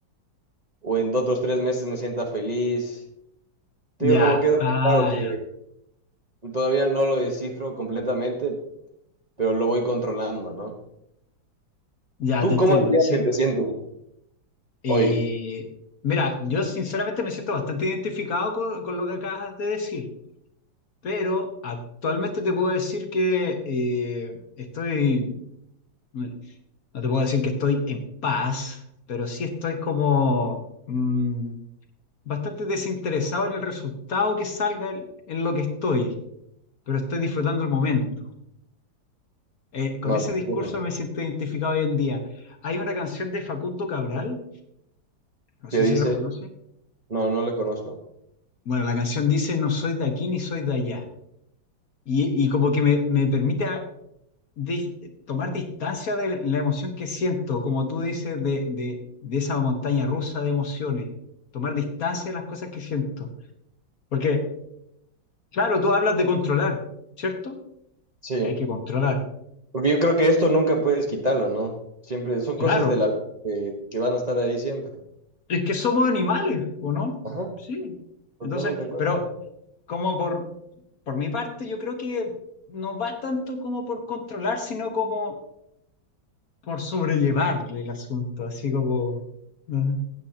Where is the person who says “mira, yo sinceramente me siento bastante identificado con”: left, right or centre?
Left